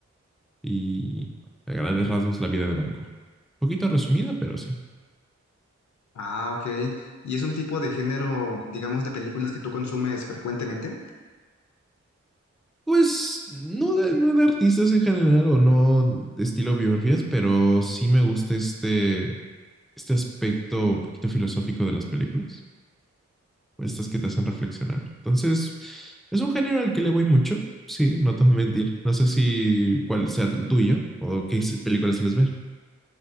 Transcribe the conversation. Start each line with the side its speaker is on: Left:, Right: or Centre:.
Centre: y a grandes rasgos la vida de Van Gogh. Un poquito resumida, pero sí.
Left: Ah, ok. ¿Y es un tipo de género, digamos, de películas que tú consumes frecuentemente?
Centre: Pues no de, no de artistas en general o no de estilo biografías, pero sí me gusta este, este aspecto un poquito filosófico de las películas, estas que te hacen reflexionar. Entonces, es un género al que le voy mucho, sí, no te voy a mentir. No sé si cuál sea el tuyo o qué películas sueles ver.